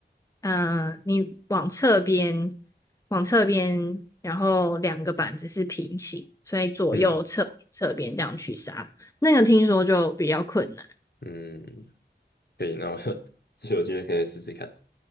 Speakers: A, on the left (about 20°); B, on the left (about 65°).
A: 嗯、你往侧边，往侧边，然后两个板子是平行，所以左右侧侧边这样去刹，
B: 嗯
A: 那个听说就比较困难。
B: 嗯，可以，那我就 <laughs> 有机会可以试试看。